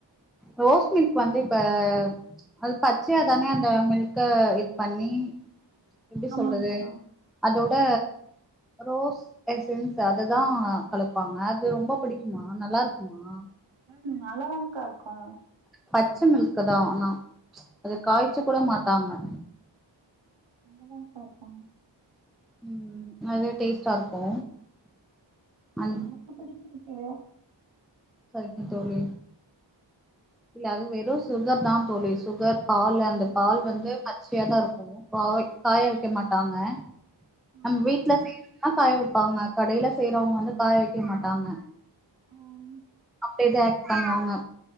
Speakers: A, in the centre; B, on the right (about 85°).
A: ரோஸ் மில்க் வந்து இப்ப அது பச்சையாதானே அந்த மில்க்க இது பண்ணி எப்டி
B: ஆமாங்க்கா
A: சொல்றது அதோ ட ரோஸ் எசன்ஸ் அததான் கலப்பாங்க அது ரொம்ப புடிக்குமா நல்லாருக்குமா
B: ம் நல்லாதாக்கா இருக்கும்
A: பச்ச மில்க் தான் ஆனா ச் அத காய்ச கூட மாட்டாங்க
B: நல்லாதாங்க்கா வப்பாங்க
A: உம் அது டேஸ்டா இருக்கு அந்
B: ஒனக்கு புடிச்சி இப்போ
A: சரிங்க தோழி இல்ல அது வெரு சுகர் தா தோழி சுகர் பால் அந்த
B: ம்
A: பால் வந்து பச் ப்பியாதா இருக்கு காய் காய வெக்க மாட்டாங்க
B: ஆ
A: நம் வீட்ல செய்றமாரி ஆா காய வெப்பாங்க கடையில செய்றவங்க வந்து காய வெக்க மாட்டாங்க
B: ம்
A: சேட்ட பண்ணுவாங்க